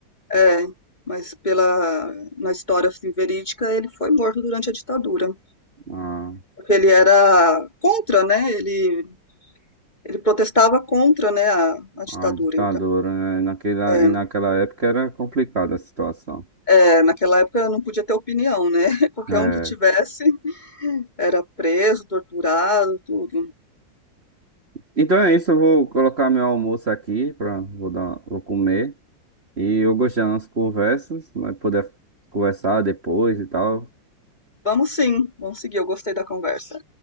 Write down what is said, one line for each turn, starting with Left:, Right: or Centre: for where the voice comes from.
Left: é, mas pela, na história assim, verídica, ele foi morto durante a ditadura.
Right: A,
Left: Porque ele era contra, né? Ele, ele protestava contra, né, a, a ditadura.
Right: a ditadura,
Left: Então,
Right: né? Naquela,
Left: é,
Right: e naquela época era complicada a situação.
Left: é, naquela época não podia ter opinião, né? <laughs> Qualquer
Right: É.
Left: um que tivesse era preso, torturado, tudo.
Right: Então é isso, eu vou colocar meu almoço aqui para vou dar, vou comer. E eu gostei das nossas conversas, vai poder conversar depois e tal.
Left: Vamos sim, vamos seguir. Eu gostei da conversa.